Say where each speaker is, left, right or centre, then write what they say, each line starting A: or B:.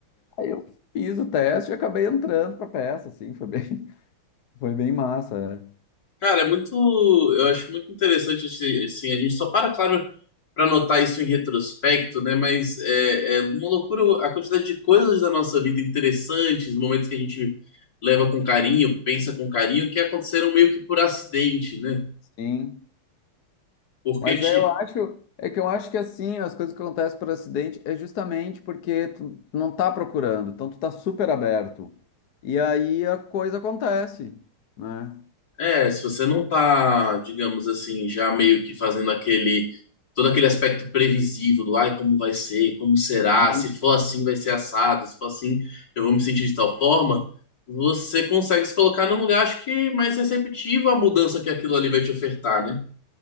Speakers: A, on the left (about 60°); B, on the left (about 40°).
A: aí eu fiz o teste e acabei entrando pra peça, assim, foi bem, <laughs> foi bem massa, é.
B: Cara, é muito. Eu acho muito interessante, esse- assim, a gente só para, claro, para notar isso em retrospecto, né? Mas é, é uma loucura a quantidade de coisas da nossa vida interessantes, momentos que a gente leva com carinho, pensa com carinho, que aconteceram meio que por acidente, né?
A: Sim.
B: Porque,
A: Mas
B: ti-
A: é, eu acho, é que eu acho que assim, as coisas que acontecem por acidente é justamente porque tu não tá procurando, então tu tá super aberto. E aí a coisa acontece, né?
B: É, se você não tá, digamos assim, já meio que fazendo aquele, todo aquele aspecto previsível do, ai, como vai ser, como será,
A: Sim.
B: se for assim vai ser assado, se for assim eu vou me sentir de tal forma, você consegue se colocar num lugar, acho que mais receptivo à mudança que aquilo ali vai te ofertar, né?